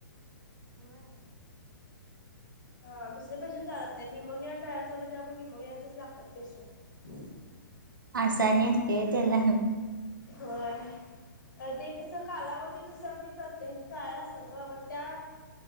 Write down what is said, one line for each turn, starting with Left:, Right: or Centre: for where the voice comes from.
Right: ह
Left: हा दुसरे पेशंट चालत नाही निमोनिया ट्रायल चाला त्या पण निमोनियाचेच लागतात पेशंट
Right: आसानी असते त्याला
Left: होय ते कस कालावधी नस र ते हे कयला असेल ग त्या